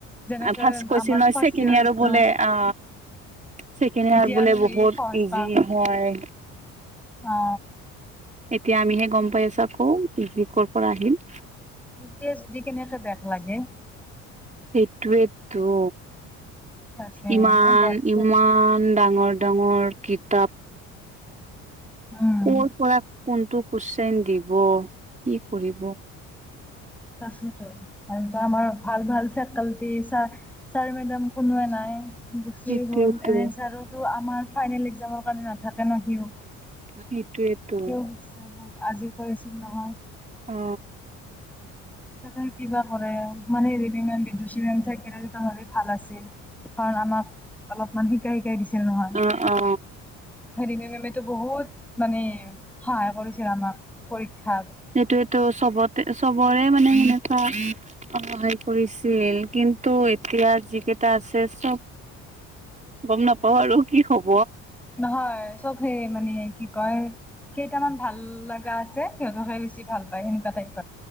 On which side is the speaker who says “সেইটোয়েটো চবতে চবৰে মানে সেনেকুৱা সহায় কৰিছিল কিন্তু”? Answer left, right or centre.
Right